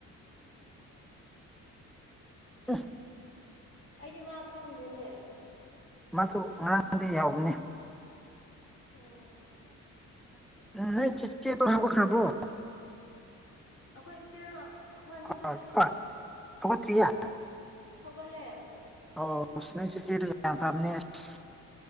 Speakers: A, in the centre; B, on the left.
A: ꯑ
B: ꯑꯩꯗꯤ ꯃꯥ ꯈꯪꯗꯦꯅꯦ
A: ꯃꯥꯁꯨ ꯉꯔꯥꯡꯗꯤ ꯌꯥꯎꯕꯅꯤ
B: ꯑꯣ
A: ꯅ ꯆ ꯆꯦ ꯇ ꯍ ꯀ ꯈꯅꯔꯕ꯭ꯔꯣ
B: ꯑꯩꯈꯣꯏ ꯏꯆꯦꯔꯣ
A: ꯍ
B: ꯍꯣꯏ ꯍꯧꯒꯠꯂꯦ
A: ꯍꯣꯏ ꯊꯔꯤ
B: ꯍꯧꯒꯂꯦ
A: ꯑꯣ ꯁꯤ ꯅꯪꯁꯤ ꯆꯔꯤ ꯂ ꯐꯝꯅꯦꯁ